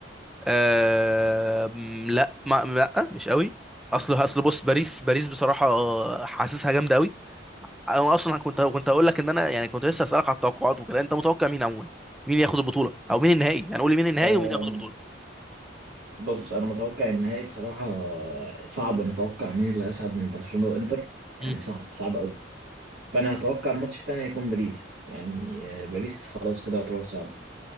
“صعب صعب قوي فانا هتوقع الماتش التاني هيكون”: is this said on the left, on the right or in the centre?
Right